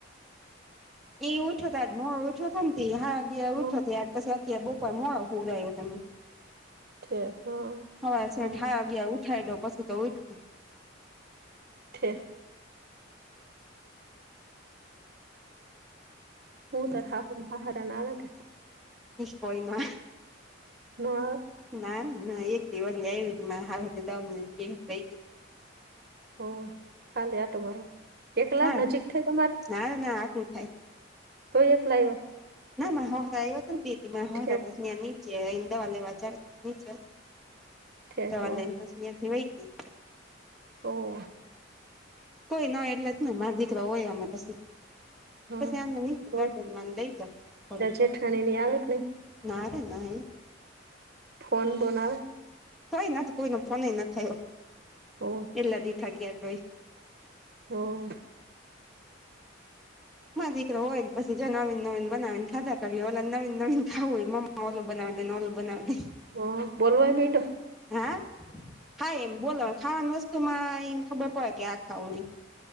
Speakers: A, in the centre; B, on the right (about 55°).
A: એઈ ઉઠો થજ મો ઉઠો થ હા ગ
B: હ
A: ઉઠો થ પછી આ કેબો પમો હું રહ્યો તમે
B: ઠે હ
A: હવે
B: હ
A: છેઠા અગયા ઉઠાઈ દો પછી તો ઉઠું
B: કેઠ હું ત હા હન હા હાર ના આવેટ
A: કોઈ ના
B: ના
A: ના ના એક દિવાળી આવી હવે બે
B: હ ખાલી આટો મારો એકલા
A: હા
B: નજીક થ તમારે
A: ના ના આઘું થાય
B: તો એ એકલાઈ વા
A: ના મા હરા એવા બે હતી મા હરાનેની
B: ઠેક
A: જે ઈદાવાલે વા ચ નીચે
B: ઠેક
A: જવાસ
B: હો
A: થી વહી ગયું
B: ઓ
A: કોઈ ના એટલે જ ને મા દીકરા હોય આમાં પી
B: હા
A: પછી આને ની
B: બોલ
A: ગા્જરમાં લઈ જા કો
B: તાર જેઠાણીની આવે કે નઈ
A: ના રે ના એ
B: ફોન બનાવે
A: કોઈ નથી કોઈ ન ફોન ના થયો
B: ઓહ
A: એલા દી થ ગ્યા તય
B: હમ
A: દીકરો હોય ને પછી જો નવીન નવીન બનાવીનેા કરીએ ઓલે નવીન નવીન ખાવું હોય મમ્ નલું બનાવ દે નોલું બનાવ દે
B: હા બોલવાય ભિંડો
A: હા હા એમ બોલો ખાવાની વસ્તુમાં એમ ખબર પડે કે આ ખાવું નહી